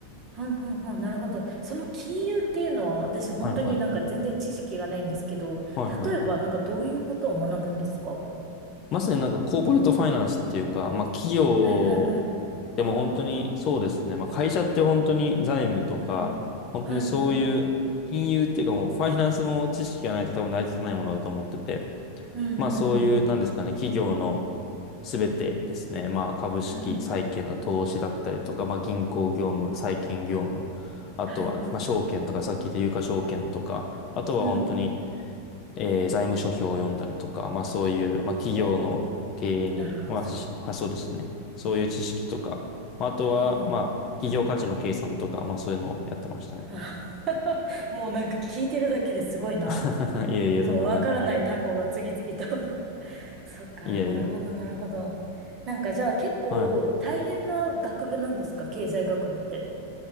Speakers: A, on the right (about 35°); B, on the left (about 35°).
A: うんうんうん。なるほど。その金融っていうのは私本当になんか全然知識がないんですけど、
B: はいはい。はいはい。
A: 例えばなんかどういうことを学ぶんですかは
B: まさになんかコーポレートファイナンスっていうか、まあ企業
A: いはいはい。
B: でも本当にそうですね。
A: ああ、
B: まあ会社って本当に財務とか、
A: うん。
B: 本当にそういう金融っていうかもうファイナンスの知識がないと多分成り立たないものだと思ってて、
A: はいはいはい。うんうんうん。
B: まあそういう、なんですかね、企業のすべてですね、まあ、株式、
A: うん。
B: 債券の投資だったりとか、まあ、銀行業務、債券業務、あとは、
A: はいはい。
B: まあ、証券とか、さっき言った有価証券とか、あとは本当に、
A: うん。
B: えー財務諸表を読んだりとか、まあ、そういう、まあ、企業の経営に、
A: おお、なるほど。
B: まあ、しまあそうですね、そういう知識とか、まあ、あとは、
A: へえ。
B: まあ、企業価値の計算とか、
A: うん。
B: まあ、そういうのをやってましたね。
A: あ <laughs> もうなんか聞いてるだけですごいな。
B: <laughs> いえいえ、
A: もうわからない単語が次々と
B: とんでもない。
A: <laughs> そっか、
B: <laughs> いえいえ。
A: なるほど、なるほど。なんかじゃあ結構大変な学部なんですか経済学部って。
B: はい。